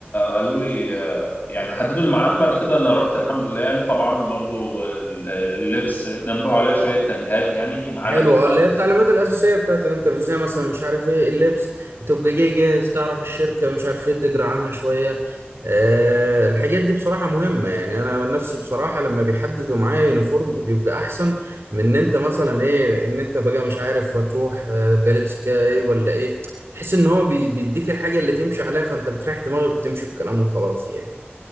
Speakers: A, on the left; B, on the right.
A: قالوا لي آه، يعني حددوا الميعاد بعد كده انا رحت الحمد لله يعني طبعا برضو ال- اللبس نبهوا عليا شوية تنبيهات يعني ميعادك
B: حلو
A: يبقى
B: اه اللي هي التعليمات الأساسية بتاعت الانترفيو زي مثلا مش عارف ايه اللبس تبقى جاي جاهز تعرف الشركة مش عارف ايه تجرى عنها شوية أه الحاجات دي بصراحة مهمة يعني أنا نفسي بصراحة لما بيحددوا معايا يونيفورم بيبقى أحسن من إن أنت مثلا ايه إن أنت بقى مش عارف هتروح آه، بلبس كده ايه ولا ايه تحس إن هو بي- بيديك الحاجة اللي تمشي عليها فأنت بتريح دماغك وتمشي بكلامه وخلاص يعني